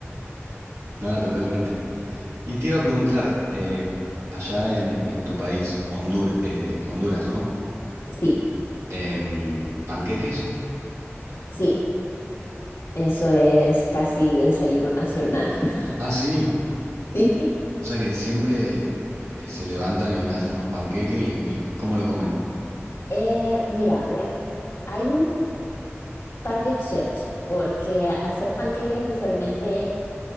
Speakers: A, on the right (about 80°); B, on the left (about 80°).
A: <laughs> Nada, totalmente. Y te iba a preguntar, em, allá en, en tu país, Hondur- eh, Honduras, ¿no?
B: Sí,
A: Em, ¿panqueques?
B: sí, Eso es casi desayuno nacional. <laughs>
A: Ah, sí.
B: Sí.
A: O sea que siempre eh, se levantan y hacen unos panqueques y, y ¿cómo lo comen?
B: Eh, mira, ve, hay un par de opciones, porque hacer panqueques usualmente